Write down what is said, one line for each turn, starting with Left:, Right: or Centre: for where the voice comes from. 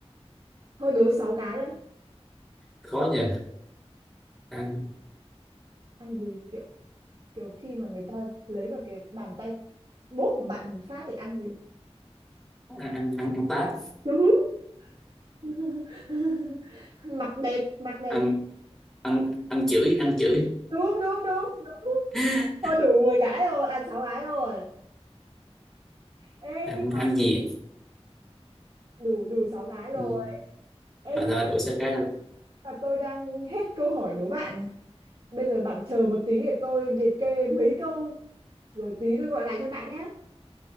Right: thôi đố sáu cái đó
Centre: khó nhỉ ăn
Right: ăn gì kiểu kiểu khi mà người ta lấy vào cái bàn tay bóp một bạn một phát thì ăn gì
Centre: à, ăn ăn ăn tát
Right: đúng <laughs> mặc đẹp mặc đẹp
Centre: ăn
Right: thì-
Centre: ăn ăn chửi ăn chửi
Right: đúng đúng đúng đúng
Centre: <laughs>
Right: thôi đủ 10 cái rồi à sáu cái rồi Ê
Centre: ăn
Right: nhưng mà
Centre: ăn diện
Right: đủ đủ 6 cái rồi.
Centre: ừ.
Right: Ê
Centre: rồi
Right: nhưng
Centre: thôi đổi số cái
Right: mà tôi đang hết câu hỏi đố bạn rồi. Bây giờ bạn chờ một tí để tôi liệt kê mấy câu rồi tí tôi gọi lại cho bạn nhé.